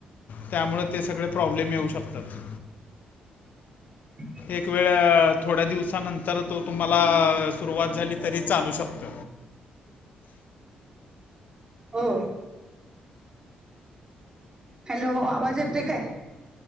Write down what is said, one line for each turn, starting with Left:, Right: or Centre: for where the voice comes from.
Left: त्यामुळे ते सगळे प्रॉब्लेम येऊ शकतात.
Right: <unintelligible>
Left: एक वेळ थोड्या दिवसा नंतर तो तुम्हाला सुरुवात झाली तरी चालू शकत.
Right: हो. हॅलो! आवाज येतोय काय?